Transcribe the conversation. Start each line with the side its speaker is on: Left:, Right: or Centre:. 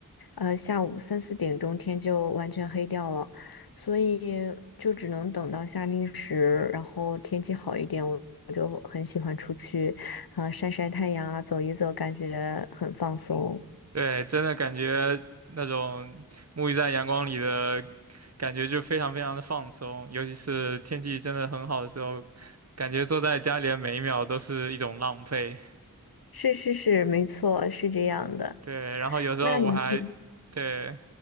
Left: 呃，下午三四点钟天就完全黑掉了，所以就只能等到夏令时，然后天气好一点，我我就很喜欢出去，啊、晒晒太阳啊，走一走，感觉很放松。
Right: 对，真的感觉那种沐浴在阳光里的感觉就非常非常的放松，尤其是天气真的很好的时候，感觉坐在家里的每一秒都是一种浪费。
Left: 是是是，没错，是这样的。
Right: 对，然后有时候我还，
Left: 那你平
Right: 对，